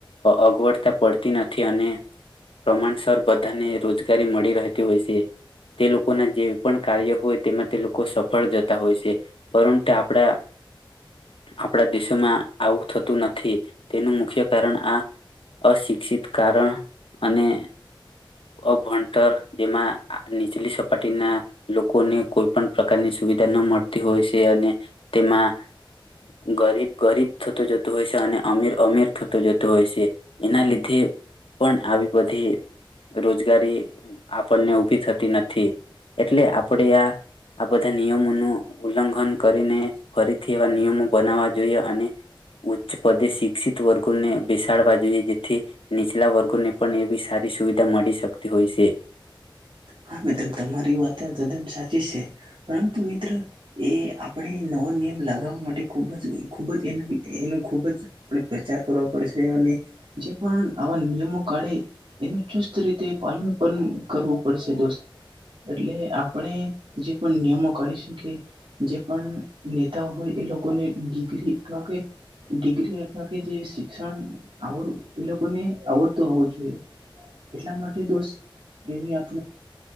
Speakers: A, on the left; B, on the right.
A: અગવડતા પડતી નથી નથી અને પ્રમાણસર બધાને રોજગારી મળી રહેતી હોય છે તે લોકો ના જે પણ કાર્ય હોય તેમાં તે લોકો લોકો સફળ જતા હોય છે પરંતુ આપડા આપણા દેશોમાં આવું થતું નથી તેનું મુખ્ય કારણ આ અશિક્ષિત કારણ અને અભણતર જેમાં નીચલી સપાટી ના લોકોને કોઈ પણ પ્રકારની સુવિધા ન મળતી હોય છે અને તેમાં ગરીબ ગરીબ થતો જતો હોય છે અને અમીર અમીર થતો જતો હોયશે એના લીધે પણ આવી બધી રોજગારી આપણને ઉભી થતી નથી એટલે આપણેે આ આ બધા નિયમોનું ઉલ્લંઘન કરીને ફરીથી એવા નિયમો બનાવવા જોઈએ અને ઉચ્ચ પદે શિક્ષિત વર્ગોને બેસાડવા જોઈએ જેથી નીચલા વર્ગોને પણ એવી સારી સુવિધા મળી શકતી હોય છે.
B: હા મિત્રો તમારી વાત તદ્દન સાચી છે પરંતુ મિત્ર એ આપણે નવો નિયમ લગાવવા માટે ખૂબ જ ખૂબ જ એ એનો ખૂબ જ આપણે પ્રચાર કરવા પડશે અને જે પણ આવા નિયમો કાઢે એનો ચુસ્ત રીતે પાલન પણ કરો એ તોસ્ એટલે આપણે જે પણ નિયમો કાઢીશ કે જે પણ નેતાઓ હોય એ લોકોને ડિગ્રી અથવા કે ડિગ્રી અથવા કે જે શિક્ષણ આવડ એ લોકોને આવડતું હોવું જોઈએ. એટલા માટે દોસ્ત એવી આપ